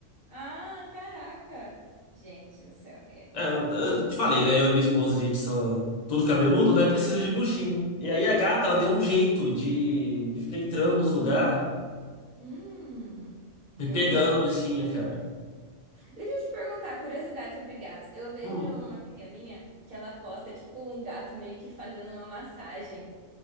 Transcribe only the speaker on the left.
É, eu eu te falei, né? Eu e minha esposa, a gente são tudo cabeludo, né? Precisa de buchinho. E aí a gata, ela deu um jeito de, de ficar entrando nos lugares,
me pegando a buchinha, cara.
Hum.